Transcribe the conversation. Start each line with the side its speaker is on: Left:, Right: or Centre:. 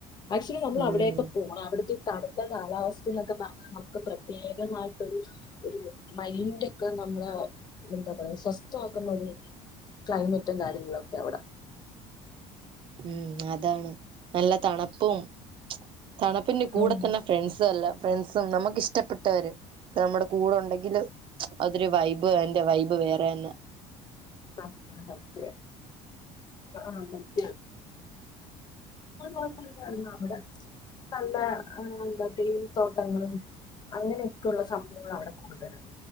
Left: ആക്ച്വലി നമ്മൾ
Right: ഉം
Left: അവിടെയൊക്കെ പോകണം അവിടുത്തെ കടുത്ത കാലാവസ്ഥയിലൊക്കെ തങ്ങാൻ നമുക്ക് പ്രത്യേക മായിട്ടോരു ഒരു മൈൻഡ് ഒക്കെ നമ്മള എന്താ പറയാ സ്വസ്ഥമാക്കുന്ന ഒരു ക്ലൈമറ്റും കാര്യങ്ങളും ഒക്കെയാ അവിടെ
Right: ഉം അതാണ് നല്ല തണുപ്പും തണുപ്പിന്റെ കൂടെ
Left: ഉം.
Right: തന്നെ ഫ്രണ്ട്സ് എല്ലാം ഫ്രണ്ട്സും നമുക്ക് ഇഷ്ടപ്പെട്ടവര് നമ്മുടെ കൂടൊണ്ടെങ്കിൽ അതൊരു വൈബ് ബ് എൻറെ വൈബ് വേറെയാന്ന്
Left: സത്യം സത്യം ആഹ <unintelligible> അവിടെ നല്ല എന്താ തേൽത്തോട്ടങ്ങളും അങ്ങനെയൊക്കെയ ഉള്ള സംഭവങ്ങളാ അവിടെ കൂടുതലും